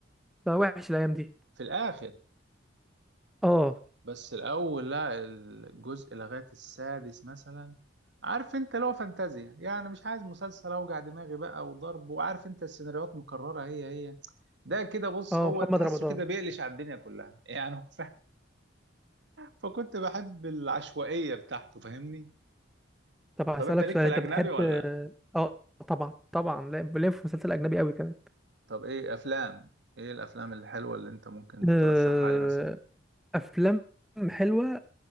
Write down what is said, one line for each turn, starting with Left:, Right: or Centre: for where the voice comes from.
Centre: بقى وحش الايام دي
Right: في الآخر
Centre: اه
Right: بس الأول لا الجزء لغاية السادس مثلا عارف انت لو فانتازيا يعني مش عايز مسلسل اوجع دماغي بقى وضرب وعارف انت السيناريوهات مكررة هي هي ده كده بص
Centre: اه
Right: هو
Centre: محمد
Right: تحسه
Centre: رمضان
Right: كده بيقلش على الدنيا كلها <laughs> يعني هو فاهم فكنت بحب العشوائية بتاعته فاهمني
Centre: طب هسألك
Right: طب انت ليك
Centre: سؤال
Right: في
Centre: انت
Right: الأجنبي
Centre: بتحب
Right: ولا لأ؟
Centre: اه طبعا طبعا لا- بلف في مسلسل اجنبي قوي كمان
Right: طب ايه أفلام ايه الأفلام الحلوة اللي انت ممكن
Centre: آه،
Right: ترشحها لي مثلا
Centre: افلام حلوه